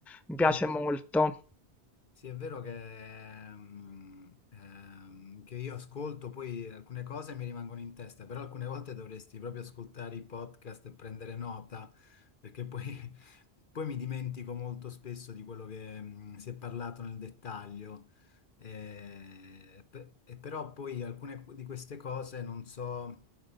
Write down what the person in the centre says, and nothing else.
mi piace
molto.